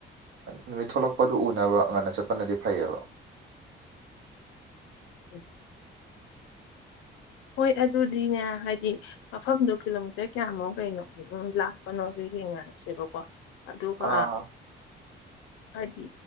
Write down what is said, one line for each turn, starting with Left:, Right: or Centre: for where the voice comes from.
Right: ꯅꯨꯃꯤꯠ ꯊꯣꯛꯂꯛꯄꯗꯨ ꯎꯅꯕ ꯉ ꯉꯟꯅ ꯆꯠꯄꯅꯗꯤ ꯐꯩꯌꯦꯕ
Left: ꯎ ꯍꯣꯏ ꯑꯗꯨꯗꯤꯅꯦ ꯍꯥꯏꯗꯤ ꯃꯐꯝꯗꯨꯣ ꯀꯤꯂꯣꯃꯤꯇꯔ ꯀꯌꯥꯃꯨꯛ ꯀꯩꯅꯣ ꯂꯥꯛꯄꯅꯣ ꯑꯗꯨꯒꯤ ꯌꯦꯡꯅꯔꯁꯦꯕꯀꯣ ꯑꯗꯨꯒ
Right: ꯑꯥ
Left: ꯍꯥꯏꯗꯤ